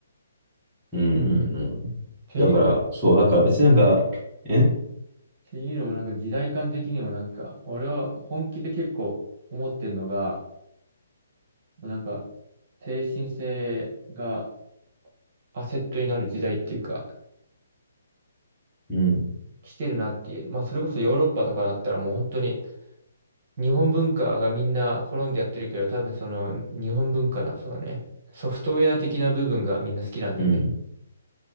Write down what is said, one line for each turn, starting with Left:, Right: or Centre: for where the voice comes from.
Centre: うんうんうん。
Right: ていうのもね
Centre: だから、そう、だから別になんか、え
Right: っていうのもなんか時代感的にもなんか、俺は本気で結構思ってるのが、もうなんか、精神性がアセットになる時代っていうか、
Centre: うん、
Right: 来てるなっていう。まあそれこそヨーロッパとかだったらもう本当に日本文化がみんな好んでやってるけど、多分その日本文化のそのね、ソフトウェア的な部分がみんな好きなんだよね。
Centre: うん。